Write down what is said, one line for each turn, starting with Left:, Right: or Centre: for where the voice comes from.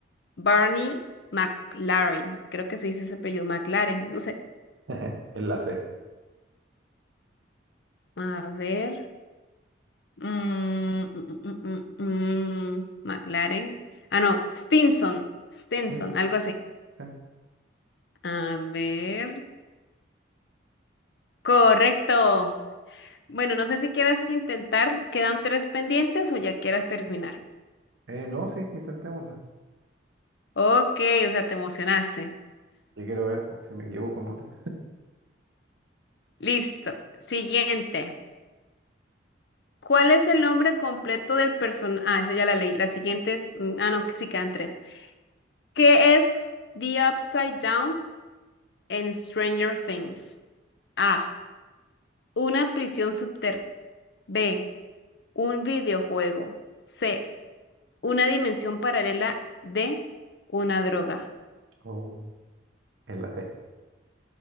Left: Barney McLaren, creo que se dice ese apellido, McLaren, no sé.
Right: <laughs> En la C.
Left: A ver. mm, mm, mm, mm, mm, mm, McLaren. Ah, no, Stinson, Stinson,
Right: ¿Sí?
Left: algo así.
Right: ya.
Left: A ver. Correcto. Bueno, no sé si quieras intentar, quedan tres pendientes o ya quieras terminar.
Right: Eh, no, sí, intentémosla.
Left: Ok, o sea, te emocionaste.
Right: Yo quiero ver pues, si me equivoco en otra.
Left: Listo. Siguiente. ¿Cuál es el nombre completo del personaje? Ah, esa ya la leí. La siguiente es, mm, ah, no, sí quedan tres. ¿Qué es The Upside Down en Stranger Things? A. Una prisión subterránea. B. Un videojuego. C. Una dimensión paralela. D. Una droga.
Right: Oh, en la C.